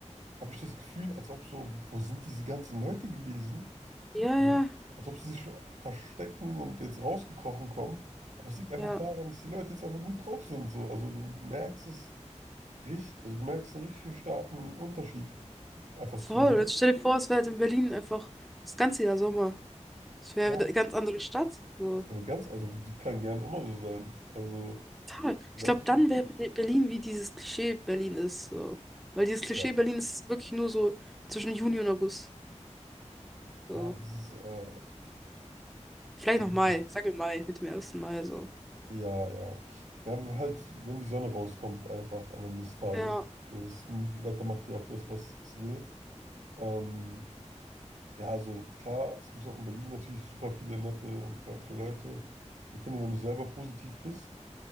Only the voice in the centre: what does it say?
Ja,
ja,
ja,
voll,
jetzt stell dir vor, es wäre halt in Berlin einfach das ganze Jahr Sommer, es wäre
wieder eine ganz andere Stadt, so.
Total.
Ich
glaube, dann wäre Be- Berlin wie dieses Klischee Berlin ist. So. Weil dieses Klischee
Berlin ist wirklich nur so zwischen Juni und August. So.
Vielleicht
noch Mai,
sagen wir Mai, mit dem ersten Mai so.
Ja.